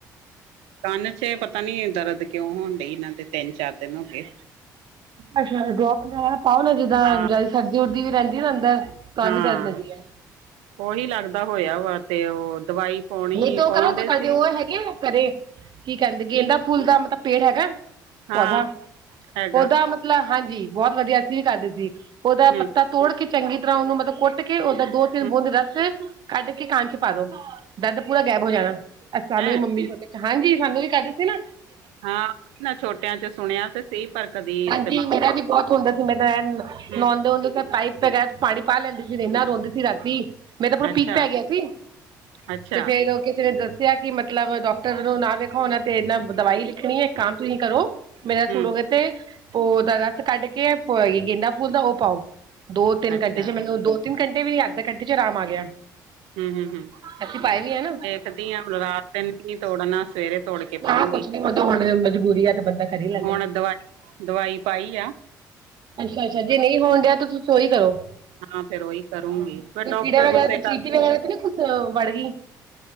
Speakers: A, on the right (about 65°); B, on the right (about 45°).
A: ਕੰਨ ਚੇ ਪਤਾ ਨੀ ਦਰਦ ਕਿਉਂ ਹੋਣ ਡਈ ਇਹਨਾਂ ਦੇ ਤਿੰਨ ਚਾਰ ਦਿਨ ਹੋ ਗਏ।
B: ਅੱਛਾ ਡਰੌਪ ਲ ਪਾਓ ਨਾ ਜਿੱਦਾਂ
A: ਹਾਂ
B: ਜਿਆਦੀ ਸਰਦੀ ਉਰਦੀ ਵੀ ਰਹਿੰਦੀ ਨਾ ਅੰਦਰ। ਤਾਂ
A: ਹਾਂ
B: ਵੀ ਦਰਦ ਹੁੰਦੀ ਹੈ
A: ਉਹੀ ਲੱਗਦਾ ਹੋਇਆ ਵਾ ਤੇ ਉਹ ਦਵਾਈ ਪਾਉਣੀ
B: ਨਹੀਂ ਤੇ ਉਹ
A: ਪਾਉਣ
B: ਕਰੋ
A: ਡੇ
B: ਤੂੰ ਤੁਹਾਡੇ
A: ਸੀ
B: ਉਹ ਹਾ ਹੈਗੇ ਹੈ ਘਰੇ ਕੀ ਕਹਿੰਦੇ ਗੇਂਦਾ
A: ਕੀ
B: ਫੂਲ ਦਾ ਮਤਲਬ ਪੇੜ ਹੈਗੈ।
A: ਹਾਂ
B: ਪੌਧਾਹ
A: ਹੈਗਾ
B: ਉਹਦਾ ਮਤਲਬ ਹਾਂਜੀ ਬਹੁਤ ਵਧੀਆ ਅਸੀਂ ਵੀ ਕਰਦੇ ਸੀ ਉਹਦਾ
A: ਹੂੰ
B: ਪੱਤਾ ਤੋੜ ਕੇ ਚੰਗੀ ਤਰ੍ਹਾਂ ਉਹਨੂੰ ਮਤਲਬ ਕੁੱਟ ਕੇ ਉਦਾਂ ਦੋ ਤਿੰਨ
A: ਹੂੰ
B: ਬੂੰਦ ਰਸ ਕੱਢ ਕੇ ਕੰਨ ਚ ਪਾ ਦੋ। ਦਰਦ ਪੂਰਾ ਗੈਬ ਹੋ ਜਾਣਾ ਸਾਨੂੰ
A: ਹੈਂ
B: ਵੀ ਮੰਮੀ ਛੋਟੇ ਹਾਂਜੀ ਸਾਨੂੰ ਵੀ ਕਰ ਦੇ ਸੀ ਨਾਂ।
A: ਹਾਂ ਨਾ ਛੋਟਿਆਂ ਚ ਸੁਣਿਆ ਤੇ ਸੀ ਪਰ ਕਦੀ ਇਸਤੇਮਾਲ
B: ਹਾਂਜੀ ਮੇਰਾ ਵੀ ਬਹੁਤ ਹੁੰਦਾ ਸੀ ਮੈਂ ਤਾਂ ਐਨ
A: ਹੂੰ
B: ਨਾਦੇ ਦੇ ਹੁੰਦੇ ਸੀ ਪਾਈਪ ਵਗੈਰਾ ਪਾਣੀ ਪਾ ਲੈਂਦੀ ਸੀ ਰੇਨਾ ਰੋਂਦੀ ਸੀ ਰਾਤੀ। ਮੈ ਤਾਂ ਪੂਰਾ
A: ਅੱਛਾ
B: ਪੀਕ ਪੈ ਗਿਆ ਸੀ
A: ਅੱਛਾ
B: ਤੇ ਫਿਰ ਉਹ ਕਿਸੇ ਨੇ ਦੱਸਿਆ ਕੀ ਮਤਲਬ ਡੌਕਟਰ ਨੂੰ ਨਾ ਵੇਖੋ ਉਹਨਾਂ ਤੇ ਇਨਾ ਦਵਾਈ ਲਿਖਣੀ ਏ ਕੰਮ ਤੁਸੀਂ ਕਰੋ ਮੇਰਾ
A: ਹੂੰ
B: ਸੁਣੋਗੇ ਤੇ ਉਹਦਾ ਰਸ ਕੱਢ ਕੇ ਪੋਈ ਗੇਂਦਾ ਫੂਲ ਦਾ ਉਹ ਪਾਓ। ਦੋ ਤਿੰਨ
A: ਅੱਛਾ
B: ਘੰਟੇ ਚ ਮੈਨੂੰ ਦੋ ਤਿੰਨ ਘੰਟੇ ਵੀ ਅੱਧ ਘੰਟੇ ਚ ਰਾਮ ਆ ਗਿਆ।
A: ਹੂੰ ਹੂੰ ਹੂੰ
B: ਅਸੀਂ ਪਾਏ ਵੀ ਹੈ ਨਾਂ।
A: <unintelligible> ਰਾਤ ਤਿੰਨ ਵੀ ਨੀ ਤੋੜਨਾ ਸਵੇਰੇ ਤੋੜ ਕੇ ਪਾਊਂਗੀ
B: ਹਾਂ ਕੁਛ ਨੀ ਹੁੰਦਾ ਹੁਣ ਮਜਬੂਰੀ ਆ ਤੇ ਬੰਦਾ ਕਰ ਹੀ ਲੈਂਦਾ
A: ਹੁਣ ਦਵਾਈ-ਦਵਾਈ ਪਾਈ ਆ।
B: ਅੱਛਾ ਅੱਛਾ ਜੇ ਨਹੀਂ ਹੋਣ ਦੇ ਤਾਂ ਤੁਸੀਂ ਸੋਰੀ ਕਰੋ।
A: ਹਾਂ ਫੇਰ ਉਹੀ ਕਰੂੰਗੀ
B: ਕੋਈ
A: ਫਿਰ ਡਾਕਟਰ
B: ਕੀੜਾ ਵਗੈਰਾ
A: ਗੁੱਸੇ
B: ਤੇ
A: ਕਰਦੇ
B: ਚੀਟੀ ਵਗੈਰਾ
A: ਨੇ
B: ਤੇ ਨਾ ਕੁੱਛ ਵੜ ਗਈ